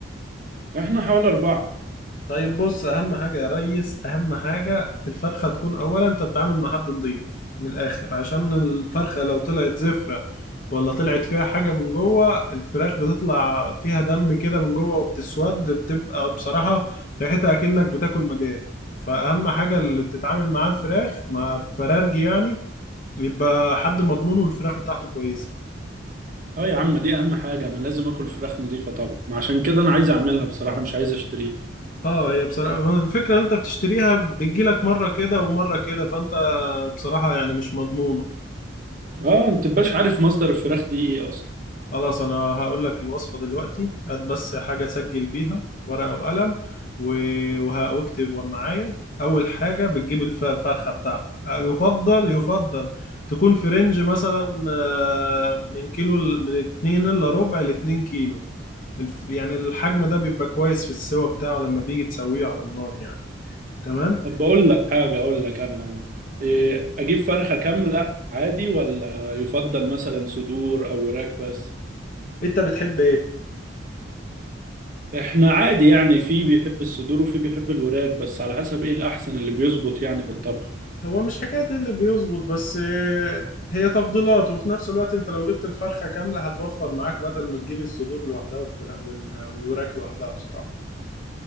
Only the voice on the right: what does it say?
احنا حوالي اربعة
اه يا عم دي اهم حاجة ما لازم اكل فراخ نظيفة طبعا ما عشان كده انا عايز اعملها بصراحة مش عايز اشتريها
اه انت مبقاش عارف مصدر الفراخ دي ايه اصلا
طب بقول لك حاجه اقول لك انا إيه اجيب فرخه كامله عادي ولا يفضل مثلا صدور او وراك بس
احنا عادي يعني في بيحب الصدور وفي بيحب الوراك بس على حسب ايه الاحسن اللي بيظبط يعني في الطبخ